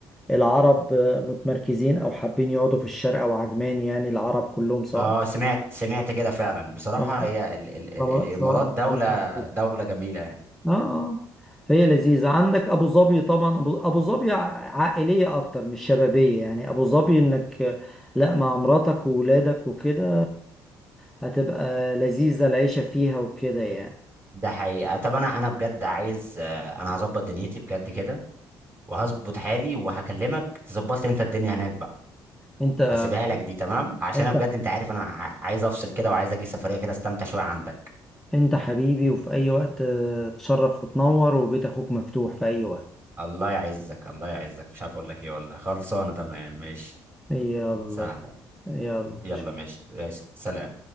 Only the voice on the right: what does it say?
اه سمعت سمعت كده فعلا بصراحة
هي ال ال
ال الامارات
دولة دولة جميلة يعني
ده حقيقة طب انا انا بجد عايز آه، انا هظبط دنيتي بجد كده وهظبط حالي وهكلمك تظبط لي انت الدنيا هناك بقى
هسيبها لك دي تمام عشان
انا بجد انت عارف انا ع- عايز افصل كده وعايز اجي سفرية كده استمتع شوية عندك
الله يعزك الله يعزك مش عارف اقول لك ايه والله خلصانة تمام ماشي
سهلة
يلا ماشي ماشي سلام